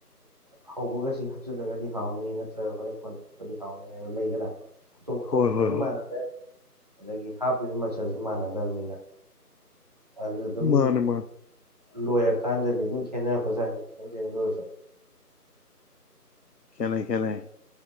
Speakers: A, on the right (about 25°); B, on the left (about 80°).
A: ꯑꯍꯧꯕꯒ ꯁꯤ ꯍꯥꯞꯆꯤꯜꯂꯒꯗꯤ ꯍꯥꯎꯅꯤ ꯅꯠꯇ꯭ꯔꯒ ꯍꯣꯔꯦꯟ ꯀꯣꯟꯅ ꯍꯥꯞꯄꯗꯤ ꯍꯥꯎꯅꯤ ꯍꯥꯏꯕ ꯂꯩꯗꯅ ꯈꯨꯊꯣꯡ ꯈꯨꯊꯣꯡꯁꯨ
B: ꯍꯣꯏ ꯍꯣꯏ
A: ꯂꯣꯏꯅ
B: ꯍꯣꯏ
A: ꯃꯥꯟꯅꯗ꯭ꯔꯦ ꯑꯗꯒꯤ ꯍꯥꯞꯄꯤꯕ ꯃꯆꯜꯁꯨ ꯃꯥꯟꯅꯗꯕꯅꯤꯅ ꯑꯗꯨꯅ ꯑꯗꯨꯝ
B: ꯃꯥꯅꯦ ꯃꯥꯅꯦ
A: ꯂꯣꯏꯔꯀꯥꯟꯗꯗꯤ ꯑꯗꯨꯝ ꯈꯦꯠꯅꯔꯛꯄꯖꯥꯠꯅꯤ ꯈꯤꯇꯪ ꯈꯤꯇꯪꯗ ꯑꯣꯏꯔꯁꯨ
B: ꯈꯦꯟꯅꯩ ꯈꯦꯟꯅꯩ